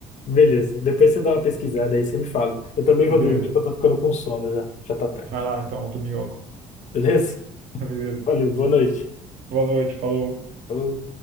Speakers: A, on the left; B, on the right.
A: Beleza. Depois você dá uma pesquisada aí, você me fala. Eu também
B: Beleza.
A: vou dormir, porque eu tô ficando com sono já. Já tá tarde.
B: Vai lá então, do Miyoko.
A: Beleza?
B: <laughs> Beleza.
A: Valeu, boa noite.
B: Boa noite, falou.
A: Falou.